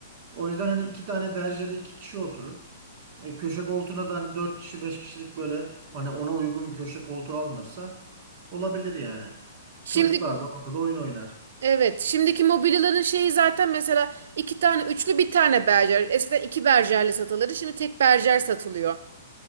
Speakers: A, on the right (about 45°); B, on the right (about 65°).
A: O yüzden hani iki tane berjere iki kişi oturur. E, köşe koltuğuna da hani 4 kişi 5 kişilik böyle hani ona uygun bir köşe koltuğu alınırsa olabilir yani.
B: Şimdi
A: Çocuklar da ortada oyun oynar.
B: evet şimdiki mobilyaların şeyi zaten mesela iki tane üçlü bir tane berjer. Eskiden iki berjerli satılırdı şimdi tek berjer satılıyor.